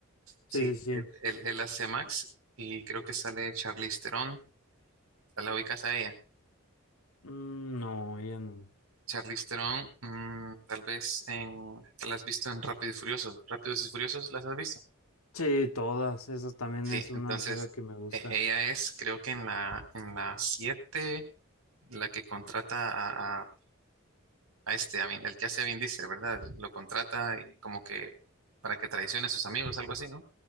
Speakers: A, on the right; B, on the left.
A: Sí,
B: Sí, sí, sí.
A: él, él- él hace a Max y creo que sale Charlize Theron. La ubicas a ella.
B: Mm, no, ella no.
A: Charlize Theron, mm, tal vez en, la has visto en Rápido y Furioso. ¿Rápidos y Furiosos las has visto?
B: Sí, todas. Esa también
A: Sí,
B: es una
A: entonces
B: saga que me gusta.
A: e- ella es, creo que en la en la 7 la que contrata a, a- a este, a Vin- el que hace a Vin Diesel, ¿verdad? Lo contrata y como que para que traicione a sus amigos, algo así, ¿no?